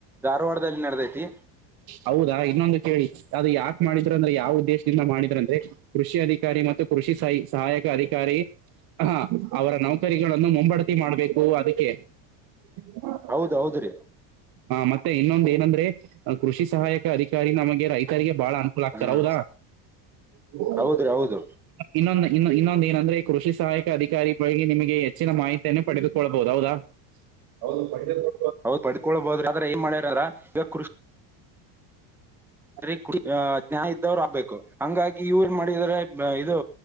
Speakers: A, in the centre; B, on the right.
A: ಧಾರವಾಡದಲ್ಲಿ ನಡೆದೈತಿ.
B: ಹೌದಾ ಇನ್ನೊಂದ್ ಕೇಳಿ ಅದು ಯಾಕ್ ಮಾಡಿದ್ರ ಅಂದ್ರೆ ಯಾವ ಉದ್ದೇಶದಿಂದ ಮಾಡಿದ್ರ ಅಂದ್ರೆ ಕೃಷಿ ಅಧಿಕಾರಿ ಮತ್ತು ಕೃಷಿ ಸಯ್ ಸಹಾಯಕ ಅಧಿಕಾರಿ. ಹಾ ಅವರ ನೌಕರಿಗಳನ್ನು ಮುಂಬ್ ಬಡತಿ ಮಾಡ್ಬೇಕು ಅದಕ್ಕೆ. <unintelligible>
A: ಹೌದ್ ಹೌದ್ರಿ.
B: ಹ ಮತ್ತೆ ಇನ್ನೊಂದ್ ಏನಂದ್ರೆ ಅ ಕೃಷಿ ಸಹಾಯಕ ಅಧಿಕಾರಿ ನಮಗೆ ರೈತರಿಗೆ ಬಾಳ ಅನುಕೂಲ ಆಗ್ತಾರಾ
A: ಹ್ಮ
B: ಹೌದಾ <unintelligible>
A: ಹೌದ್ರಿ ಹೌದು
B: ಇನ್ನೊಂದ್ ಇನ್ ಇನ್ನೊಂದ್ ಏನಂದ್ರೆ ಕೃಷಿ ಸಹಾಯಕ ಅಧಿಕಾರಿಗಳಿಗೆ ನಿಮಗೆ ಹೆಚ್ಚಿನ ಮಾಹಿತಿ. ತೆನ್ನು ಪಡೆದುಕೊಳ್ಬಹುದು ಹೌದಾ ಹೌದು ಪಡೆದು ಕೊ
A: ಹೌದ್ ಪಡ್ಕಳ್ಬಹದ್ರಿ ಆದ್ರೆ ಏನ್ ಮಾಡ್ಯಾರ <unintelligible> ಕೃಷಿ
B: ಹ <unintelligible>
A: ಸರಿ ಕುಡಿ ಹಾ ನ್ಯಾಯ ಇದ್ದವ್ರು ಆಗ್ಬೇಕು ಹಂಗಾಗಿ ಇವ್ರ್ ಮಾಡಿದರೆ ಹಾ ಇದು